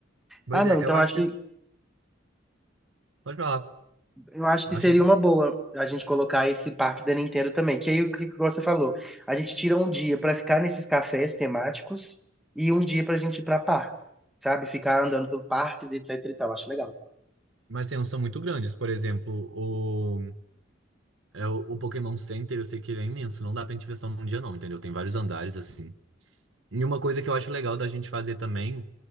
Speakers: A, on the right (about 75°); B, in the centre.
A: Pois
B: Ah, não,
A: é,
B: então
A: eu acho
B: acho
A: que.
B: que
A: eles- Pode falar.
B: eu acho que
A: Acho
B: seria
A: que.
B: uma boa a gente colocar esse parque da Nintendo também. Que aí o que igual você falou, a gente tira um dia pra ficar nesses cafés temáticos e um dia pra gente ir pra parque, sabe? Ficar andando pelo parques, etc e tal. Acho legal.
A: Mas tem uns que são muito grandes. Por exemplo, o, é, o, o Pokémon Center, eu sei que ele é imenso. Não dá pra gente ver só num dia, não, entendeu? Tem vários andares, assim. E uma coisa que eu acho legal da gente fazer também,